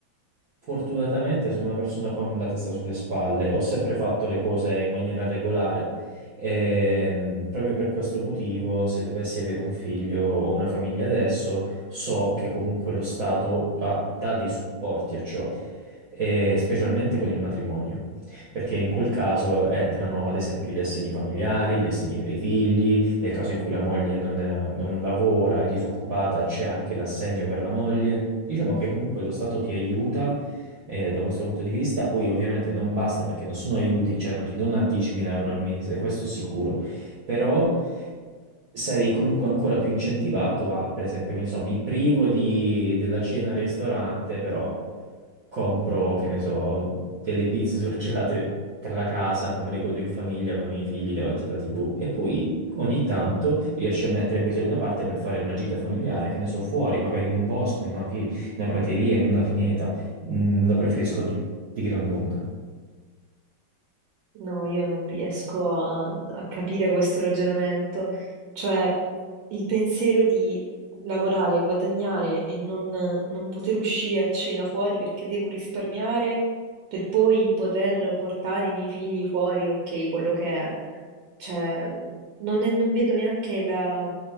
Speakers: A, on the right (about 55°); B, on the right (about 85°).
A: fortunatamente sono una persona con la testa sulle spalle, ho sempre fatto le cose in maniera regolare e mm, proprio per questo motivo, se dovessi avere un figlio o una famiglia adesso, so che comunque lo Stato ha- dà dei supporti a ciò, e specialmente con il matrimonio. Perché in quel caso entrano ad esempio gli assegni familiari, gli assegni per i figli, nel caso in cui la moglie non, eh, non lavora, è disoccupata, c'è anche l'assegno per la moglie. Diciamo che comunque lo Stato ti aiuta eh, da questo punto di vista, poi ovviamente non basta perché non sono aiuti, cioè non ti dona 10.000 euro al mese, questo è sicuro, però sarei comunque ancora più incentivato a, per esempio, che ne so, mi privo di- della cena al ristorante, però compro, che ne so, delle pizze surgelate per la casa, ma me le godo in famiglia con i miei figli davanti alla TV. E poi Ogni tanto riesci a mettere quei soldi da parte per fare una gita familiare, che ne so, fuori, magari in un bosco, in una, pie- in una prateria, in una pineta. Mm, lo preferisco di, di gran lunga.
B: No, io non riesco a, a capire questo ragionamento. Cioè, il pensiero di lavorare, guadagnare e non, non poter uscire a cena fuori perché devo risparmiare per poi poter portare i miei figli fuori, ok, quello che è. Cioè, non, è- non vedo neanche la-